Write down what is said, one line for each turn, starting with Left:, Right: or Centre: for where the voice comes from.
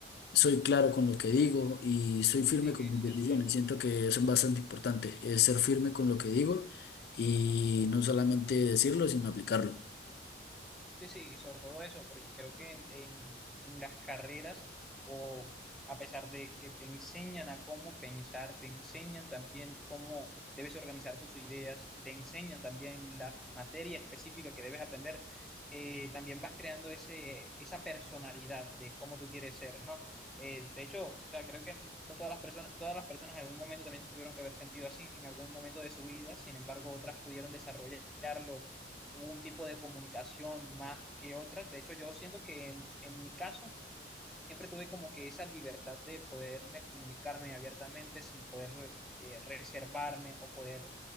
Left: soy claro con lo que digo y soy firme
Centre: Sí,
Left: con
Centre: que
Left: mis
Centre: sí,
Left: decisiones.
Centre: así es.
Left: Siento que eso es bastante importante, es ser firme con lo que digo y no solamente decirlo, sino aplicarlo.
Centre: Sí, sí, sobre todo eso, porque creo que en, en- en las carreras, o a pesar de que te enseñan a cómo pensar, te enseñan también cómo debes organizar tus ideas y te enseñan también la materia específica que debes aprender, eh, también vas creando ese, esa personalidad de cómo tú quieres ser, ¿no? Eh, de hecho, o sea, creo que no todas las personas, todas las personas en algún momento también se tuvieron que haber sentido así en algún momento de su vida, sin embargo, otras pudieron desarrollarlo hubo un tipo de comunicación más que otras. De hecho, yo siento que en, en mi caso siempre tuve como que esa libertad de poderme comunicarme abiertamente sin poder eh, reservarme o poder